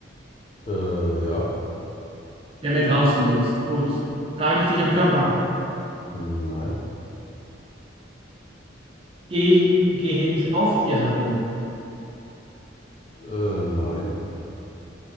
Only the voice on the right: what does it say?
der mir draußen nutzt? Gut. Trage ich dich am Körper?
Gehe ich, gehe ich auf dir herum?